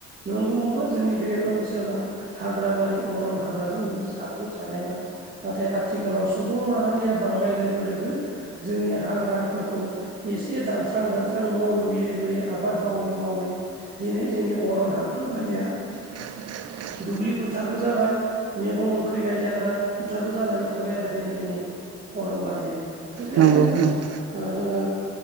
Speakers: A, on the right; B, on the right.
A: नंगौनोबा जोंनि बे ओनसोला हाग्राबारि अरन हाग्राजों जों साग्लोब सारनायमोन नाथाय आथिखालाव सुबुं माहारिया बां नाय लोगो लोगो जोंनि हाग्राफोरखौ एसे दानस्रां दानस्रां न' लुयै लुयै बे आबाद मावै मावै दिनै जोंनि अरन हाग्राबारिया
B: <inaudible>
A: दुब्लि फोथारबो जाबाय मैगं ओंख्रि गायजाग्रा फोथारबो जानानै थाबाय आरो दिनै जोंनि अरमबारिया बेखायनो
B: नंगौ
A: जोङो
B: नंगौ
A: ओ जोङो